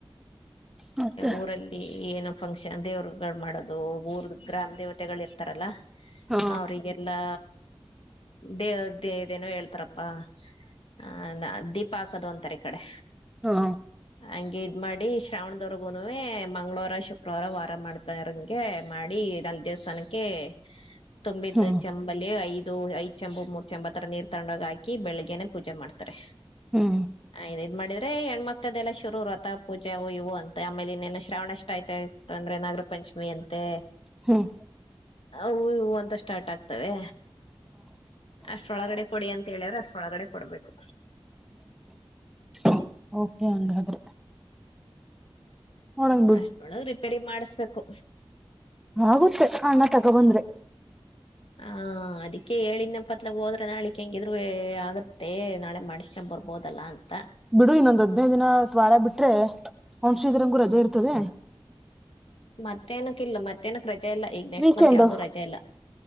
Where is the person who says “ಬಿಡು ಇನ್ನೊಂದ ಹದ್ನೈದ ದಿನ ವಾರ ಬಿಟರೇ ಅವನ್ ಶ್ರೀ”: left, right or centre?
Centre